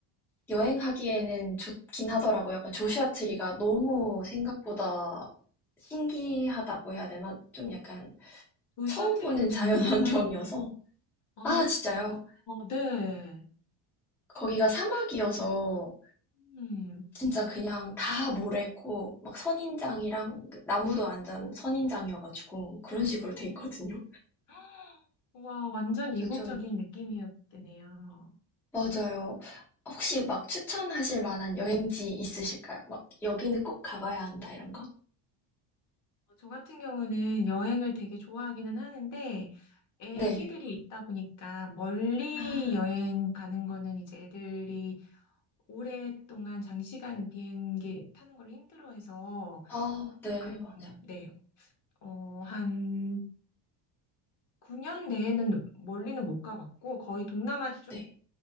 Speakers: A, in the centre; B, on the left.
A: 여행하기에는 좋긴 하더라고요. 약간 조슈아 트리가 너무 생각보다 신기하다고 해야 되나? 좀 약간
B: 어트리는
A: 처음 보는
B: 저는
A: 자연 <laughs>
B: 못 봤는데.
A: 환경이어서
B: <laughs> 아,
A: 아, 진짜요?
B: 네.
A: 거기가 사막이어서
B: 음,
A: 진짜 그냥 다 모래고 막 선인장이랑 그 나무도 완전 선인장이어가지고 그런 식으로
B: 음.
A: 돼 있거든요.
B: <gasps> 와, 완전 이국적인
A: 그래서 좀
B: 느낌이었겠네요.
A: 맞아요. 혹시 막 추천하실 만한 여행지 있으실까요? 막 여기는 꼭 가봐야 한다 이런 거?
B: 어, 저 같은 경우는 여행을 되게 좋아하기는 하는데, 애기들이
A: 네.
B: 있다 보니까 멀리
A: 아,
B: 여행 가는 거는 이제 애들이 오랫동안 장시간 비행기 타는 걸 힘들어해서,
A: 아, 네,
B: 아,
A: 맞아요.
B: 음, 네, 어, 한 9년 내에는 멀리는 못 가봤고 거의 동남아
A: 네.